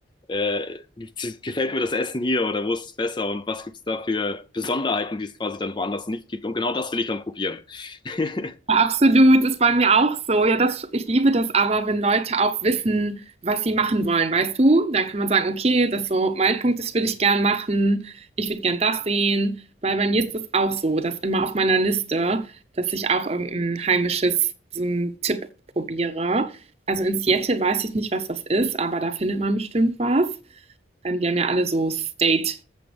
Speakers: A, on the left; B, on the right.
A: äh, gibt's- gefällt mir das Essen hier oder wo ist es besser und was gibt es da für Besonderheiten, die es quasi dann woanders nicht gibt. Und genau das will ich dann probieren. <laughs>
B: Absolut, ist bei mir auch so. Ja, das, ich liebe das aber, wenn Leute auch wissen, was sie machen wollen, weißt du? Da kann man sagen, okay, das so mein Punkt, das würde ich gern machen, ich würde gern das sehen, weil bei mir ist das auch so, dass immer auf meiner Liste, dass ich auch irgendein heimisches, so einen Tipp probiere. Also in Seattle weiß ich nicht, was das ist, aber da findet man bestimmt was. Ähm, die haben ja alle so State